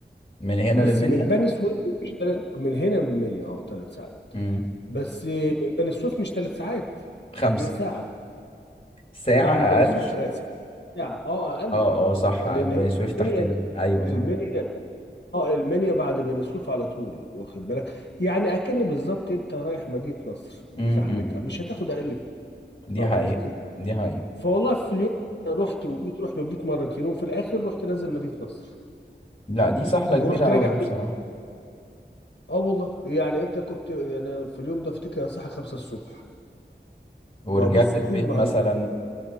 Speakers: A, on the left (about 30°); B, on the left (about 65°).
A: من هنا
B: بس
A: للمنيا
B: من بني سويف مش تلت من هنا من منيا اه ثلاث ساعات
A: امم
B: بس من بني سويف مش ثلاث ساعات
A: خمسة
B: هي ساعة
A: ساعة
B: لا من
A: أقل
B: بني سويف خ- ساعة اه اقل
A: اه
B: اه
A: اه صح
B: اه آه، لان
A: بني
B: هي
A: سويف تحتنا
B: منيا
A: أيوة
B: المنيا
A: صح
B: اه المنيا بعد بني سويف على طول واخد بالك يعني اكن بالظبط انت رايح مدينة نصر بزحمتها
A: امم
B: مش هتاخد اقل من كده،
A: دي
B: فاهم
A: حقيقة
B: قصدي
A: دي حقيقة
B: فوالله في اليوم رحت وجيت رحت وجيت مرتين وفي الاخر رحت نازل مدينة نصر
A: لا دي سهلة كبيرة
B: ورحت
A: أوي
B: راجع
A: دي بصراحة
B: اه والله يعني انت كنت انا في اليوم ده افتكر الساعه 5 الصبح
A: ورجعت
B: ما هو بص
A: البيت
B: طول ما
A: مثلا
B: هو